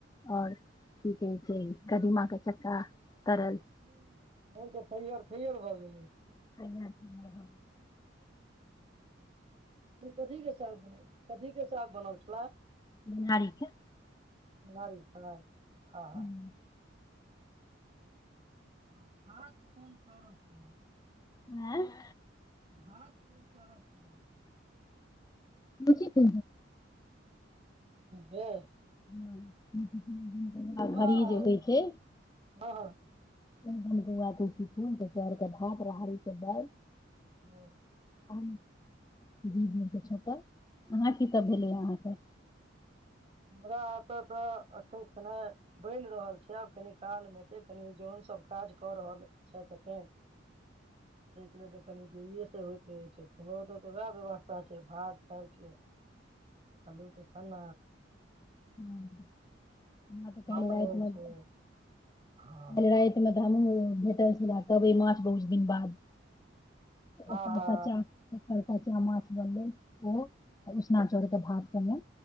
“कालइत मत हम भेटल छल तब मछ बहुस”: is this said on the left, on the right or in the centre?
Left